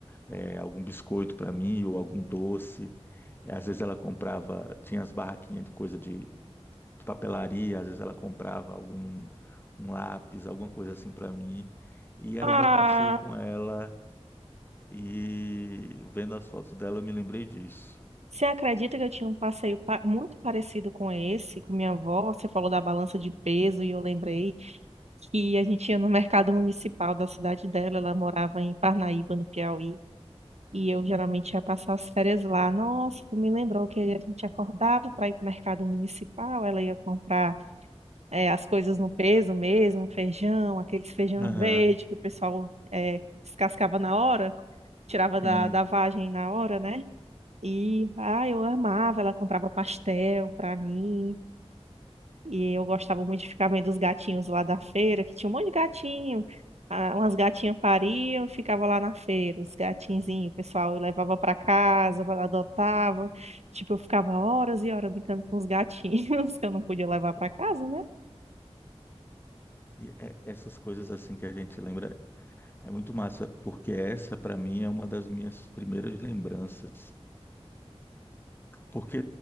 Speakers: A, on the left; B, on the right.
A: é, algum biscoito para mim ou algum doce. É, Às vezes ela comprava, tinha as barraquinhas de coisa de, de papelaria. Às vezes ela comprava algum um lápis, alguma coisa assim para mim. E era
B: Ah,
A: o meu passeio com ela. E vendo as fotos dela, eu me lembrei disso.
B: você acredita que eu tinha um passeio pa- muito parecido com esse, com minha avó? Você falou da balança de peso e eu lembrei. que a gente ia no mercado municipal da cidade dela, ela morava em Parnaíba, no Piauí, e eu geralmente ia passar as férias lá. Nossa, tu me lembrou que a gente acordava para ir para o mercado municipal, ela ia comprar eh, as coisas no peso mesmo, feijão, aqueles feijão
A: Aham,
B: verde que o pessoal eh, descascava na hora, tirava da,
A: sim.
B: da vagem na hora, né? E, ah, eu amava, ela comprava pastel para mim. E eu gostava muito de ficar vendo os gatinhos lá da feira, que tinha um monte de gatinho. Ah, umas gatinhas pariam e ficava lá na feira, os gatinzinhos, o pessoal levava para casa, adotava. Tipo, eu ficava horas e horas brincando com os gatinhos, <laughs> que eu não podia levar para casa, né?
A: E é- essas coisas assim que a gente lembra é muito massa, porque essa para mim é uma das minhas primeiras lembranças. Porque